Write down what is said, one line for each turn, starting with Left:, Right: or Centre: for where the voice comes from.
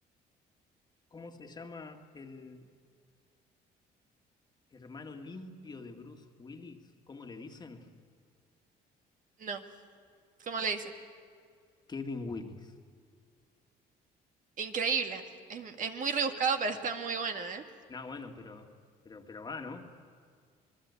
Left: cómo se llama el hermano limpio de Bruce Willis? ¿Cómo le dicen?
Right: No, ¿cómo le dicen?
Left: Kevin Willis.
Right: Increíble. Es, es muy rebuscado, pero está muy buena, ¿eh?
Left: No, bueno, pero, pero, pero va, ¿no?